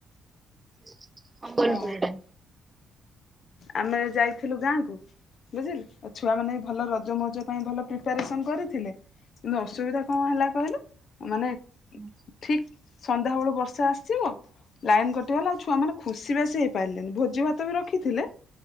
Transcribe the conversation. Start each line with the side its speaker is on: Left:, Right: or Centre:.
Right: ସମ୍ବଲପୁର
Left: ହଁ।
Right: ଟା
Left: ଆମେ ଯାଇଥିଲୁ ଗାଁ କ ବୁଝିଲି ଆ ଛୁଆ ମାନେ ବି ଭଲ ରଜ ମଉଜ ପାଇଁ ଭଲ। ପ୍ରିପାରେସନ କରିଥିଲେ କିନ୍ତୁ ଅସୁବିଧା କଣ ହେଲା କହିଲୁ ମାନେ
Right: ହୁଁ।
Left: ଠିକ ସନ୍ଧ୍ୟାବେଳୁ ବର୍ଷା ଆସଯିବ ଲାଇନ କଟଗଲା ଆଉ ଛୁଆ ମାନେ ଖୁସି ସି ବାସି ହେଇପାରିଲେନି ଭୋଜି ଭାତ ବି ରଖିଥିଲେ।